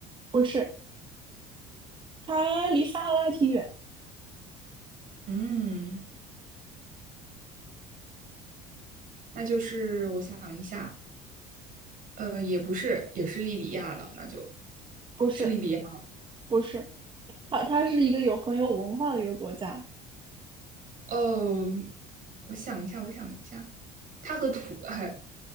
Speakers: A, on the right (about 30°); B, on the right (about 55°).
A: 不是，它离撒哈拉挺远，
B: 嗯，那就是我想一下，呃，也不是，也是利比亚了，那就
A: 不是，
B: 是利比亚吗。
A: 不是，它它是一个有很有文化的一个国家，
B: 哦，我想一下，我想一下，它和土还